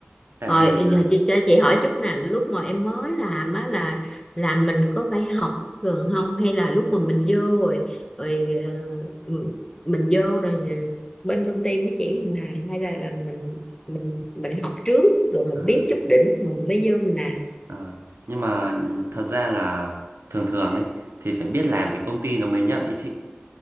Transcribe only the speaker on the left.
Rồi
ờ, giờ
chị- cho chị hỏi chút nè lúc mà em mới làm á là là mình có phải học thường không hay là lúc mà mình vô rồi rồi ờ, m- mình vô rồi ờ, bên công ty mới chỉ mình làm hay là là mình mình mình học trước rồi mình
biết chút đỉnh mình mới vô mình làm